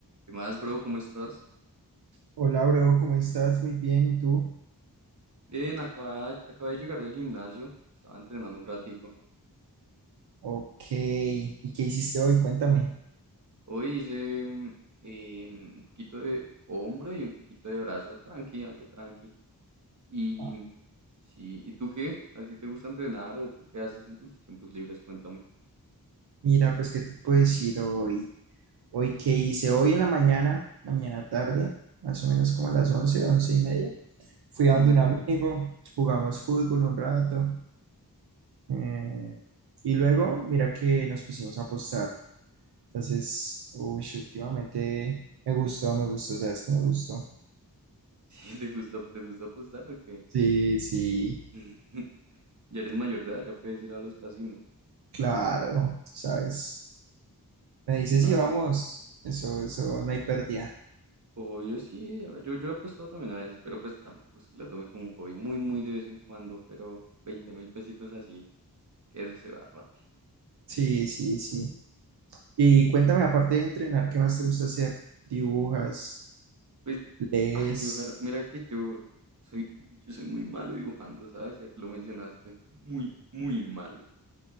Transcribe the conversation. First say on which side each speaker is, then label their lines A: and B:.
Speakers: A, on the right; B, on the right.
A: ¿Qué más, bro? ¿Cómo estás?
B: Hola, bro, ¿cómo estás? Muy bien, ¿y tú?
A: Bien, acaba- acabé de llegar del gimnasio. Estaba entrenando un ratico.
B: Ok, ¿y qué hiciste hoy? Cuéntame.
A: Hoy hice mm, eh, un poquito de hombro y un poquito de brazo. Tranqui, algo tranqui. Y
B: Ah,
A: sí, ¿y tú qué? ¿A ti te gusta entrenar o tú qué haces en tus tiempos libres? Cuéntame.
B: Mira, pues, ¿qué te puedo decir hoy? Hoy, ¿qué hice? Hoy en la mañana, mañana tarde, más o menos como a las 11, 11 y media, fui a
A: Mm,
B: donde un amigo,
A: <laughs>
B: jugamos fútbol un rato, eh, y luego, mira que nos pusimos a apostar. Entonces, uy, últimamente me gustó, me gustó, ¿sabes qué me gustó?
A: ¿Sí te gusta, te gusta apostar o qué?
B: Sí, sí,
A: <laughs> Ya eres mayor de edad, ya puedes ir a los casinos.
B: claro, tú sabes. Me dice,
A: Upa.
B: sí, vamos, eso, eso, no hay pérdida.
A: Obvio, sí, yo, yo he apostado también a veces, pero pues tampoco es que lo tome como un hobby, muy, muy de vez en cuando, pero veinte mil pesitos así, que eso se va rápido.
B: Sí, sí, sí. Y cuéntame, aparte de entrenar, ¿qué más te gusta hacer? ¿Dibujas?
A: Pues,
B: ¿Lees?
A: ay, dibujar, mira que yo soy, yo soy muy malo dibujando, ¿sabes? Ya que lo mencionaste, muy, muy malo.